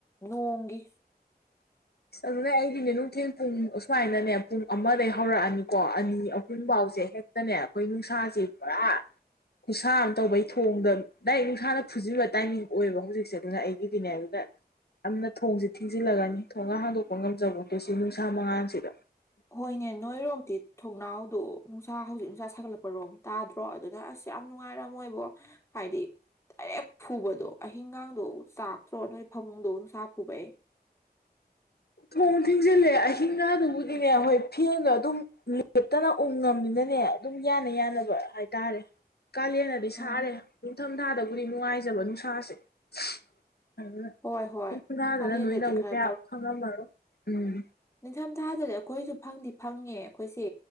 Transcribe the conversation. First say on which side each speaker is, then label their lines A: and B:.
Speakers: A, on the left; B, on the left.
A: ꯅꯣꯡꯒꯤ
B: ꯑ ꯑꯗꯨꯅꯦ ꯑꯩꯗꯤꯅꯦ ꯅꯨꯡꯊꯤꯟ ꯄꯨꯡ ꯑꯨꯃꯥꯏꯗꯅꯦ ꯄꯨꯡ ꯑꯃꯗꯒꯤ ꯍꯧꯔꯛꯑꯅꯤ ꯀꯣ ꯑꯅꯤ ꯑꯍꯨꯟꯐꯥꯎꯁꯦ ꯍꯦꯛꯇꯅꯦ ꯑꯩꯈꯣꯏ ꯅꯨꯡꯁꯥꯁꯦ ꯄꯨꯔꯥ ꯈꯨꯁꯥ ꯑꯃ ꯇꯧꯕꯩ ꯊꯣꯡꯗ ꯗꯥꯏꯔꯦꯛ ꯅꯨꯡꯁꯥꯗ ꯐꯨꯖꯤꯕ ꯇꯥꯏꯃꯤꯡ ꯑꯣꯏꯌꯦꯕ ꯍꯧꯖꯤꯛꯁꯦ ꯑꯗꯨꯅ ꯑꯩꯒꯤꯗꯤꯅꯦ ꯑꯗꯨꯗ ꯌꯥꯝꯅ ꯊꯣꯡꯁꯤ ꯊꯤꯡꯖꯤꯜꯂꯒꯅꯤ ꯊꯣꯡꯒ ꯍꯥꯡꯗꯣꯛꯄꯒ ꯉꯝꯖꯕꯣꯠꯇꯦ ꯁꯤꯒꯤ ꯅꯨꯡꯁꯥ ꯃꯉꯥꯟꯜꯁꯤꯗ
A: ꯍꯣꯏꯅꯦ ꯅꯣꯏꯔꯣꯝ ꯊꯣꯡꯅꯥꯎꯗꯣ ꯅꯨꯡꯁꯥ ꯍꯧꯖꯤꯛ ꯅꯨꯡꯁꯥ ꯁꯥꯒꯠꯂꯛꯄꯔꯣꯝ ꯇꯥꯗ꯭ꯔꯣ ꯑꯗꯨꯅ ꯑꯁ ꯌꯥꯝ ꯅꯨꯡꯉꯥꯏꯔꯝꯃꯣꯏꯕꯣ ꯍꯥꯏꯗꯤ ꯗꯥꯏꯔꯦꯛ ꯐꯨꯕꯗꯣ ꯑꯍꯤꯡꯒꯥꯡꯗꯣ ꯆꯥꯛꯇ꯭ꯔꯣ ꯅꯣꯏ ꯐꯃꯨꯡꯗꯣ ꯅꯨꯡꯁꯥ ꯐꯨꯕꯩ
B: ꯊꯣꯡ ꯊꯤꯡꯖꯤꯜꯂꯦ ꯑꯍꯤꯡꯒꯥꯥꯗꯨꯕꯨꯗꯤꯅꯦ ꯍꯣꯏ ꯐꯦꯟ ꯑꯗꯨꯝ ꯂꯦꯞꯇꯅ ꯎꯪꯉꯝꯅꯤꯅꯅꯦ ꯑꯗꯨꯝ ꯌꯥꯅ ꯌꯥꯅꯕ ꯍꯥꯏꯇꯥꯔꯦ ꯀꯥꯂꯦꯟꯅꯗꯤ
A: ꯎꯝ
B: ꯁꯥꯔꯦ ꯅꯤꯡꯊꯝ ꯊꯥꯗꯕꯨꯗꯤ ꯅꯨꯡꯉꯥꯏꯖꯕ ꯅꯨꯡꯁꯥꯁꯦ <unintelligible>
A: ꯍꯣꯏ ꯍꯣꯏ ꯀꯥꯂꯦꯟꯗꯗꯤ ꯈꯔ ꯅꯤꯡꯊꯝ ꯊꯥꯗꯗꯤ ꯑꯩꯈꯣꯏꯁꯨ ꯐꯪꯗꯤ ꯐꯪꯉꯦ ꯑꯩꯈꯣꯏꯁꯦ